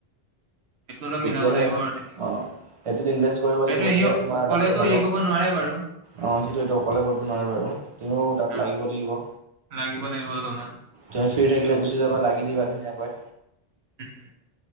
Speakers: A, on the right; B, on the right.
A: সেইটো অলপ
B: তেতিয়াহে
A: মিলাব লাগিব আৰু তেনেকে
B: অ'। সেইটোত ইনভেষ্ট কৰিব
A: সেইটো
B: লাগিব তেতিয়া
A: সি
B: তোমাৰ
A: অকলেতো
B: লাষ্টত হ'ব।
A: হেৰি
B: অ',
A: কৰিব নোৱাৰে বাৰু
B: সেইটো এইটো অকলে কৰিব নোৱাৰে বাৰু তুমিও তাত
A: অ।
B: লাগিব লাগিব।
A: লাগিব লাগিব অলপমান।
B: ফ্ৰি থাকিলে গুচি যাবা লাগি দিবা ধুনীয়াকৈ।
A: উম।